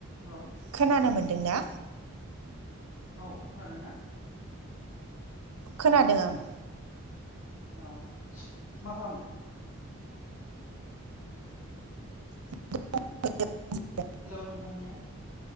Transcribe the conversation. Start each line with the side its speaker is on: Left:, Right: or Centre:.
Left: हेल'
Right: खोनानो मोनदों ना?
Left: औ खोनादों ना?
Right: खोनादों आं।
Left: औ मा खालामदों?
Right: <inaudible>
Left: हेलौ नोंथांनिया